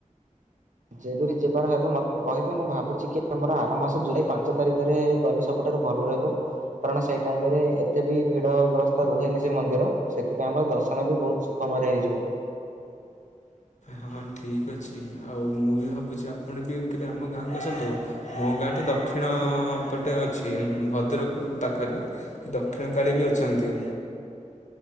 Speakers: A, on the right (about 70°); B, on the left (about 65°).
A: ଯେବେ ବି ଯିବାର ହବ ମତେ କହିବେ ମୁଁ ଭାବୁଛି କି ଆମର ଆର ମାସ ଜୁଲାଇ ପାଞ୍ଚ ତାରିଖରେ ଗଲେ ସବୁଠାରୁ ଭଲ ରହିବ କାରଣ ସେ ଟାଇମ ରେ ଏତେ ବି ଭିଡ ଗ୍ରସ୍ତ ରୁହେନି ସେ ମନ୍ଦିର। ସେଥିପାଇଁ ଆମର ଦର୍ଶନ ବି ବହୁତ ସୁଖମୟରେ ହେଇଯିବ।
B: ହଁ ଠିକ ଅଛି ଆଉ ମୁଁ ବି ଭାବୁଚି ଆପଣ ବି କେବେ ଆମ ଗାଁକୁ ଆସନ୍ତୁ। ମୋ ଗାଁ ତ ଦକ୍ଷିଣ ପଟେ ଅଛି ଭଦ୍ରକ ପାଖରେ। ଦକ୍ଷିଣ କାଳି ବି ଅଛନ୍ତି।